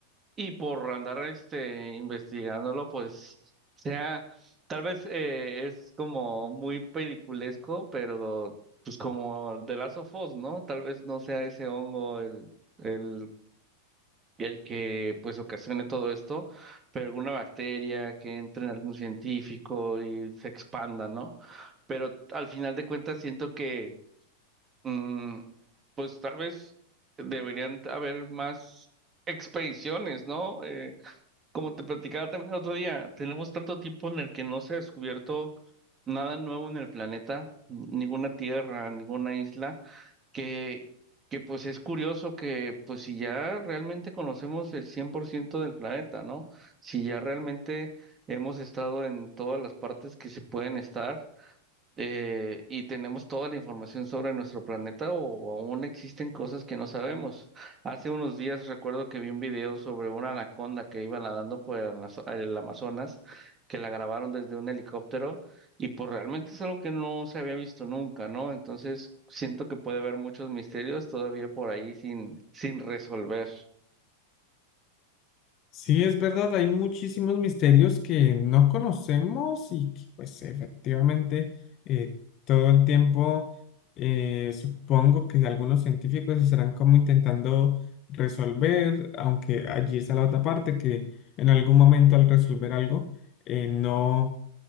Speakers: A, on the right; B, on the left.
A: Y por andar este investigándolo, pues sea, tal vez eh, es como muy peliculesco, pero pues como de Last of Us, ¿no? Tal vez no sea ese hongo el, el el que pues ocasione todo esto, pero alguna bacteria que entre en algún científico y se expanda, ¿no? Pero al final de cuentas siento que mm, pues tal vez deberían haber más expediciones, ¿no? Eh, como te platicaba también el otro día, tenemos tanto tiempo en el que no se ha descubierto nada nuevo en el planeta, ninguna tierra, ninguna isla que, que pues es curioso que pues si ya realmente conocemos el 100% del planeta, ¿no? Si ya realmente hemos estado en todas las partes que se pueden estar, eh, y tenemos toda la información sobre nuestro planeta o aún existen cosas que no sabemos. Hace unos días recuerdo que vi un video sobre una anaconda que iba nadando por el Amazo- el Amazonas, que la grabaron desde un helicóptero y pues realmente es algo que no se había visto nunca, ¿no? Entonces siento que puede haber muchos misterios todavía por ahí sin, sin resolver.
B: Sí, es verdad, hay muchísimos misterios que no conocemos y que pues efectivamente eh, todo el tiempo eh, supongo que algunos científicos estarán como intentando resolver, aunque allí está la otra parte, que en algún momento al resolver algo eh, no,